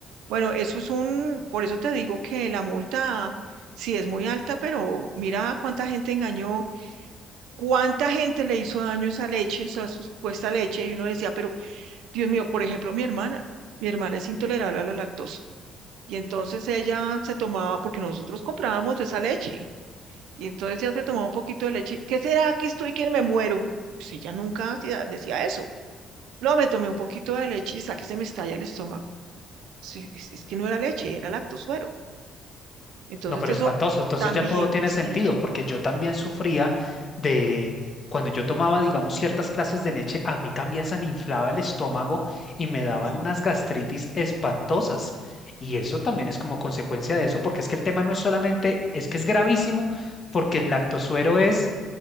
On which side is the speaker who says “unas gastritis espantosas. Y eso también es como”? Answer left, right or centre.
Left